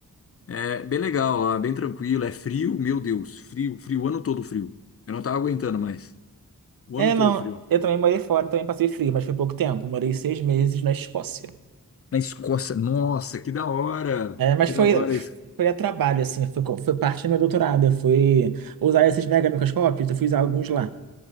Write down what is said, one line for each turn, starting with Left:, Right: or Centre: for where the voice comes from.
Left: É bem legal lá, bem tranquilo. É frio, meu Deus, frio, frio, o ano todo frio. Eu não tava aguentando mais. O
Right: É,
Left: ano
Right: não.
Left: todo frio.
Right: Eu também morei fora, também passei frio, mas foi pouco tempo. Morei seis meses na Escócia.
Left: Na Escócia, nossa, que da hora!
Right: É, mas
Left: Que
Right: foi,
Left: da hora isso.
Right: foi a trabalho, assim. Foi, co- foi parte do meu doutorado. Eu fui usar esses mega microscópios, eu fui usar alguns lá.